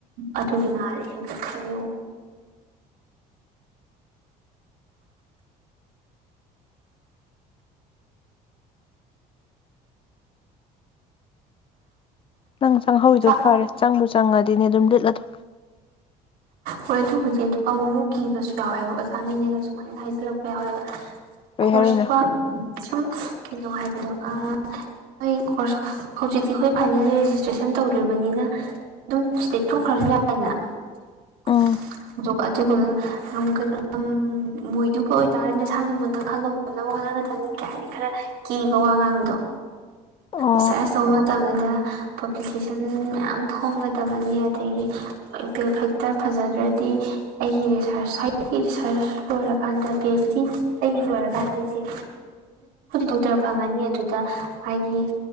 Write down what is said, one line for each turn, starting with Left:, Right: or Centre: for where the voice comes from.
Right: ꯑꯗꯨꯒꯤ ꯃꯥꯔꯦ ꯍꯦꯟꯒꯠꯁꯤꯅꯦ
Left: ꯅꯪ ꯆꯪꯍꯧꯋꯤꯗꯣ
Right: ꯆꯥꯛ
Left: ꯐꯔꯦ ꯆꯪꯕꯨ ꯆꯪꯉꯗꯤꯅꯦ ꯠꯂꯗꯣ
Right: ꯍꯣꯏ ꯑꯗꯨꯕꯨꯗꯤ ꯑꯗꯨꯒ ꯑꯃꯨꯛ ꯑꯃꯨꯛ ꯀꯤꯕꯁꯨ ꯌꯥꯎꯋꯦꯕ ꯑꯣꯖꯥꯅꯦꯅꯦꯒ ꯁꯨꯃꯥꯏꯅ ꯍꯥꯏꯖꯤꯜꯂꯛꯄ ꯌꯥꯎꯋꯦꯕ
Left: ꯀꯩ
Right: ꯈꯨꯁꯄꯥ
Left: ꯍꯥꯏꯔꯛꯏꯅꯣ
Right: ꯁꯨꯝ ꯀꯩꯅꯣ ꯍꯥꯏꯕꯗꯣ ꯅꯣꯏ ꯀꯣꯔꯁ ꯍꯧꯖꯤꯛꯇꯤ ꯑꯩꯈꯣꯏ ꯐꯥꯏꯅꯦꯜ ꯔꯦꯖꯤꯁꯇ꯭ꯔꯦꯁꯟ ꯇꯧꯗ꯭ꯔꯤꯕꯅꯤꯅ ꯑꯗꯨꯝ ꯁꯤꯗꯩ ꯊꯣꯛꯣꯛꯈ꯭ꯔꯁꯨ ꯌꯥꯏꯗꯅ ꯑ
Left: ꯎꯝ
Right: ꯑꯗꯨꯒꯨꯝꯕꯗ ꯉꯒ ꯃꯣꯏꯗꯨꯕꯨ ꯑꯣꯏꯇꯥꯔꯦꯗꯤ ꯅꯁꯥꯅ ꯃꯨꯟꯅ ꯈꯜꯂ ꯉꯝꯅꯕ ꯍꯣꯠꯅꯒ ꯊꯟꯅꯤ ꯀꯌꯥ ꯍꯥꯏꯅꯤ ꯈꯔ ꯀꯤꯕ ꯋꯥ ꯉꯥꯡꯕꯗꯣ
Left: ꯑꯣ
Right: ꯏꯁꯁꯔꯦ ꯁꯧꯃ ꯃꯇꯝꯗ ꯄꯕ꯭ꯂꯤꯀꯦꯁꯟ ꯃꯌꯥꯝ ꯐꯣꯡꯒꯗꯕꯅꯤ ꯑꯗꯒꯤ ꯄꯦꯜ ꯐꯦꯛꯇꯔ ꯐꯖꯗ꯭ꯔꯗꯤ ꯑꯩꯒꯤ ꯔꯤꯁꯔꯁ ꯁꯥꯏꯀꯤ ꯔꯤꯁꯥꯔꯁ ꯂꯣꯏꯔꯀꯥꯟꯗ ꯄꯤ ꯑꯩꯩꯆ ꯗꯤ ꯑꯩ ꯂꯣꯏꯔꯀꯥꯟꯗ ꯑꯩꯁꯦ ꯗꯣꯛꯇꯔ ꯐꯪꯉꯅꯤ ꯑꯗꯨꯗ ꯃꯥꯒꯤ